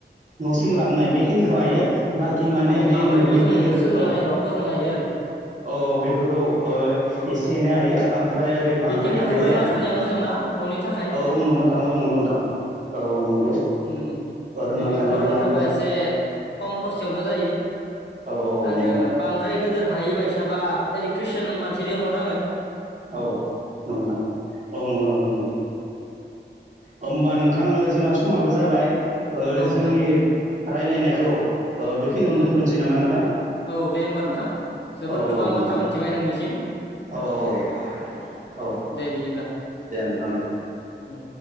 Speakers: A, on the right; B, on the left.
A: न'सिम लाबोननाय बेखिनिखौ हायो
B: औ
A: बाखि माने
B: औ
A: बे
B: माबोरै
A: मोब्लिब
B: फोजों
A: गेदेर
B: सोजोंनो
A: औ
B: हायो फोजोंनो हायो आरो
A: औ बेफोरखौ
B: औ
A: एसे एनै हायो ओमफ्राय ओरै बांद्राय
B: बेखिनिखौ
A: हानाय जाया
B: रोंना
A: आरो
B: थानाया
A: नोंथां।
B: मोजांना न'नि थाखाय
A: औ औ नंगौथां औ नंगोनथां औ नंगौ।
B: उम
A: रोंना
B: बेनिखौ
A: थानाया गोबां
B: थाबा
A: गोनां।
B: एसे खम खरसयावनो जायो।
A: औ औ
B: आरो
A: नंगौ नोंथां
B: बांद्राय गोदोर हायिबायायसाबा इलेक्ट्रिसियान मानसि लिंहरनांगोन।
A: औ नंगौ नोंथां औ नंगौ नंगौ नंगौ। होमबा नोंथां जोंना। समाबो जाबाय
B: औ नोंथां
A: जोंनि रायज्लायनायखौ। बेखिनियावनो
B: औ
A: दोन्थ'नोसै नामा नोंथां?
B: औ दे होमबा नोंथां जोबोर
A: औ औ
B: गोबां
A: नोंथां
B: बाथ्रा मिथिबाय नोंनिसिम।
A: औ औ औ
B: दे बिदिब्ला।
A: दे नोंथां दे।
B: उम